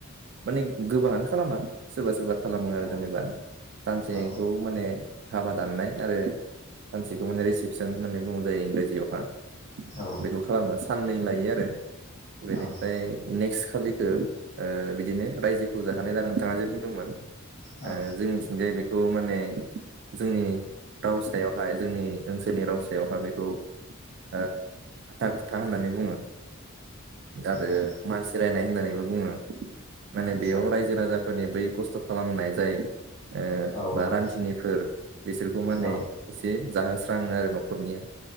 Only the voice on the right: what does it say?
माने गोबाङानो खालामा सोरबा सोरबा खालामो आरो
जेनेबा सानसेखौ
माने हाबा दाननाय आरो सानसेखौ माने रिसिपसन होननानै बुंनाय‌ जायो इंराजियावहा
बेखौ खालामो साननै लायो आरो बेनिफ्राय
नेक्स्ट सालिखौ ओ बिदिनो रायजोखौ जाहोनाय दा नोंथाङा जे बुंदोंमोन
ओ जोंनिथिंजाय बेखौ माने जोंनि राव सायावहाय जोंनि ओनसोलनि राव सायावहाय बेखौ ओ हाथा खुथा होननानै बुङो। आरो
मानसि रायनाय होननानैबो बुङो माने
बेयाव रायजो राजाफोरनि बै खस्थ खालामनाय जायो
बा
रान्थिनिफोर बिसोरखौ माने
एसे जाहोस्राङो आरो न' खरनिया